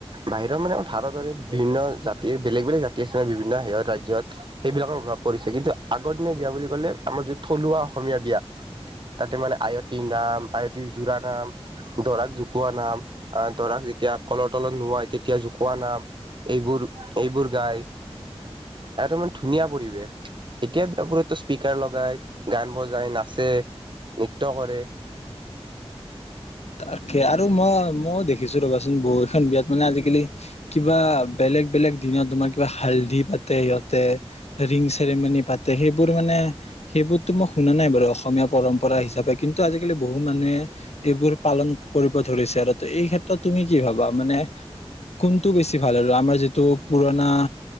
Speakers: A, on the right (about 45°); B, on the left (about 80°).
A: বাহিৰৰ মানে ভাৰতৰে বিভিন্ন জাতিৰ বেলেগ বেলেগ জাতি আছে মানে বিভিন্ন হত ৰাজ্যত সেইবিলাকৰ প্ৰভাৱ পৰিছে কিন্তু আগৰ দিনীয়া বিয়া বুলি কলে আমাৰ যি থলুৱা অসমীয়া বিয়া, তাতে মানে আয়তীৰ নাম, আয়তী জোৰা নাম, দৰাক জোকোৱা নাম, দৰাক যেতিয়া কলৰ তলত নোৱাই তেতিয়া জোকোৱা নাম এইবোৰ এইবোৰ গায় এটো মানে ধুনীয়া পৰিৱেশ। এতিয়া বিয়াবোৰতো স্পীকাৰ লগায়, গান বজায় নাচে, নৃত্য কৰে।
B: তাকে আৰু মই ময়ো দেখিছো ৰবাচোন বহুখন বিয়াত মানে আজিকালি কিবা বেলেগ বেলেগ দিনত তোমাৰ কিবা হালধি পাতে ইহত তে ৰিং চৰেমানি পাতে সেইবোৰ মানে, সেইবোৰতো মই শুনা নাই বাৰু অসমীয়া পৰম্পৰা হিচাপে কিন্তু আজিকালি বহু মানুহে এইবোৰ পালন কৰিব ধৰিছে আৰু এই ক্ষেত্ৰত তুমি কি ভাবা মানে কোনটো বেছি ভাল আৰু আমাৰ যদি তো' পুৰণা,